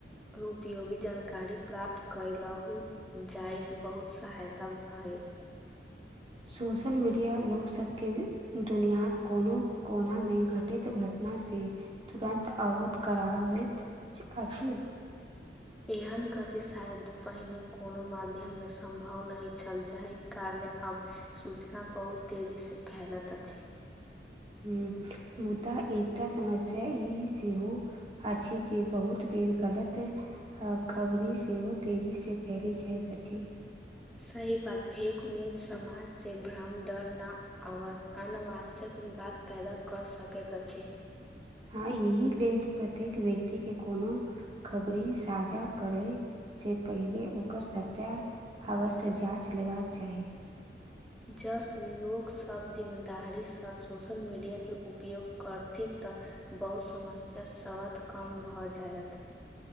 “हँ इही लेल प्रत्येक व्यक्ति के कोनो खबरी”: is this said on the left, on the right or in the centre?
Right